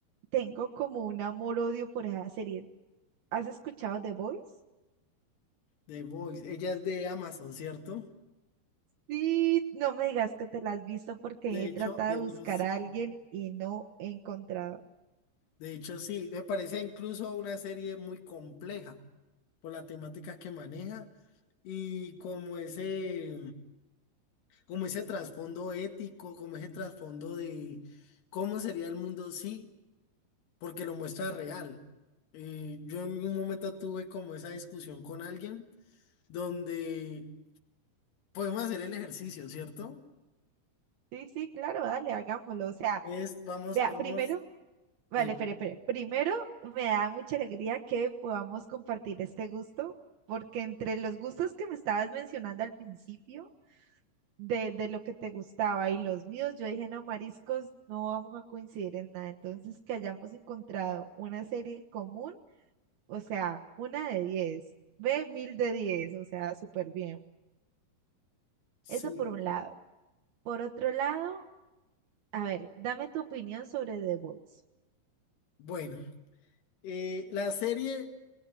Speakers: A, on the right (about 70°); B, on the left (about 75°).
A: tengo como un amor-odio por esa serie. ¿Has escuchado The Voice?
B: The Voice, ella es de Amazon, ¿cierto?
A: Sí, no me digas que te la has visto porque
B: De
A: he
B: hecho,
A: tratado
B: de
A: de buscar
B: hecho sí,
A: a alguien y no he encontrado.
B: de hecho sí, me parece incluso una serie muy compleja por la temática que maneja y como ese, como ese trasfondo ético, como ese trasfondo de cómo sería el mundo sí, porque lo muestra real. Eh, yo en un momento tuve como esa discusión con alguien donde podemos hacer el ejercicio, ¿cierto?
A: Sí, sí, claro, dale, hagámoslo. O sea,
B: Es, vamos,
A: vea,
B: vamos,
A: primero. Vale,
B: dime,
A: espere, espere. Primero, me da mucha alegría que podamos compartir este gusto, porque entre los gustos que me estabas mencionando al principio, de, de lo que te gustaba y los míos, yo dije, no, mariscos, no vamos a coincidir en nada. Entonces, que hayamos encontrado una serie en común, o sea, una de 10 ve, mil de diez o sea, súper bien.
B: sí.
A: Eso por un lado. Por otro lado, a ver, dame tu opinión sobre The Voice.
B: Bueno, eh, la serie,